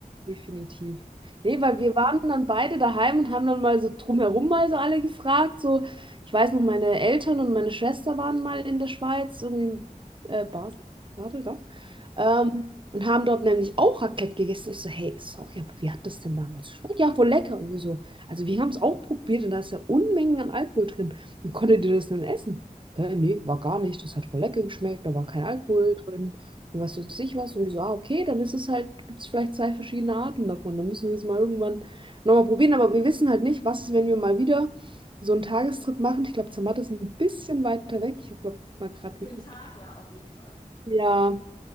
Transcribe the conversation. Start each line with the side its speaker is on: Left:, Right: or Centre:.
Right: definitiv. Nee, weil wir waren dann beide daheim und haben dann mal so drumherum mal so alle gefragt, so, ich weiß noch, meine Eltern und meine Schwester waren mal in der Schweiz, irgendwie in äh, Basel, Basel, doch. Ähm, und haben dort nämlich auch Raclette gegessen. Ich so, hey, sorry, aber wie hat das denn damals geschmeckt? Ja, voll lecker. Und wir so, also wir haben es auch probiert und da ist ja Unmengen an Alkohol drin. Wie konntet ihr das denn essen? Hä, nee, war gar nicht. Das hat voll lecker geschmeckt, da war kein Alkohol drin. Und was weiß ich was. Und wir so, ah, okay, dann ist es halt, gibt es vielleicht zwei verschiedene Arten davon. Dann müssen wir es mal irgendwann nochmal probieren. Aber wir wissen halt nicht, was ist, wenn wir mal wieder so einen Tagestrip machen. Ich glaube, Zermatt ist ein bisschen weiter weg. Ich habe, glaube, mal gerade
Left: Für
Right: geguckt.
Left: den Tag, ja, auf jeden Fall.
Right: Ja.